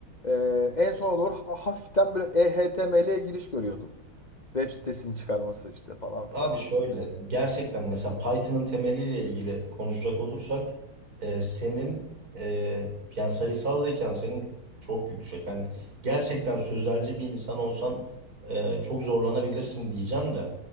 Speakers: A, on the left; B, on the right.
A: e, en sona doğru ha- hafiften böyle HTML'ye giriş görüyordun. Web sitesini çıkarması işte falan filan.
B: Abi şöyle gerçekten mesela Python'ın temeliyle ilgili konuşacak olursak e, senin e, yani sayısal zekan senin çok yüksek. Hani gerçekten sözelci bir insan olsan e, çok zorlanabilirsin diyeceğim de